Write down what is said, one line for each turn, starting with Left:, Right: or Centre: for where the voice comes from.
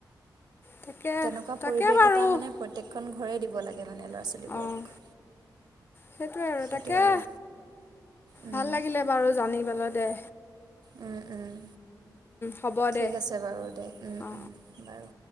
Left: তাকে
Right: তেনেকুৱা
Left: তাকে
Right: পৰিৱেশ
Left: বাৰু
Right: এটা মানে প্ৰত্যেকখন ঘৰেই দিব লাগে মানে ল'ৰা
Left: অঁ
Right: ছোৱালীবোৰক।
Left: সেইটোৱে আৰু
Right: সেইটোৱে
Left: তাকে,
Right: আৰু উম,
Left: ভাল লাগিলে বাৰু জানি পেলাই দে।
Right: উম, উম,
Left: হ'ব
Right: ঠিক
Left: দে
Right: আছে বাৰু দে, উম,
Left: অঁ
Right: উম, বাৰু।